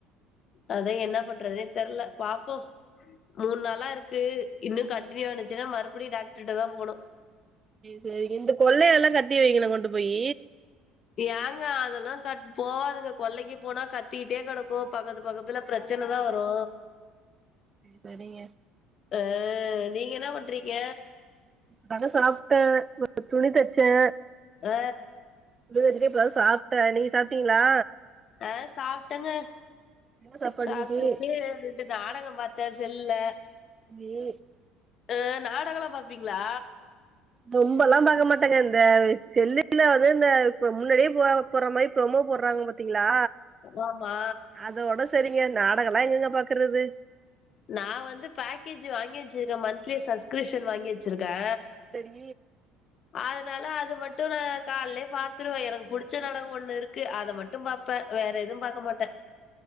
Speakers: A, on the left; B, on the right.
A: அதா என்ன பண்றதுனே தெரில பாப்போ மூணு நாளாருக்கு இன்னு கண்டடினியூ ஆச்சுன்னா மறுபடியு டாக்டர்கிட்ட தா போணு
B: சரிங்க இந்த கொள்ளைல எல்லா கட்டி வைங்களே கொண்டு போயி
A: ஏங்க அதெல்லா கட் போவாதுங்க கொள்ளைக்கு போனா கத்திட்டே கிடக்கு பக்கத்து பக்கத்துல பிரச்ச சினதா வரு
B: சரிங்க
A: அ நீங்க என்ன பண்றீங்க
B: இப்ப தாங்க சாப்ட்டே துணி தொவச்சே
A: அ
B: <unintelligible> சாப்ட்டே நீங்க சாப்டீங்களா
A: அ சாப்ட்டேங்க
B: என்ன சாப்பாடு
A: சாப்ட்டுட்டு
B: இன்னைக்கி
A: நாடகோ பாத்தே செல்லுல
B: <unintelligible>
A: அ நாடகோலா பாப்பீங்களா
B: ரொம்பெல்லா பாக்க மாட்டேங்க இந்த செல்லுல வந்து இந்த இப்ப முன்னாடியே போ போற மாரி ப்ரோமோ போடுறாங்க பாத்தீங்களா
A: ஆமா
B: அதோட சரிங்க நாடகோல்லா எங்கெங்க பாக்குறது
A: நா வந்து பேக்கேஜ் வாங்கி வச்சிருக்கே மந்த்லி சப்ஸ்கிரிப்ஷன் வாங்கி வச்சிருக்கே
B: செரி
A: அதனால அது மட்டு நா காலைலே பாத்தருவே எனக்கு பிடிச்ச நாடகோ ஒண்ணு இருக்கு அத மட்டு பா இப்ப வேற எதுவு பாக்க மாட்டே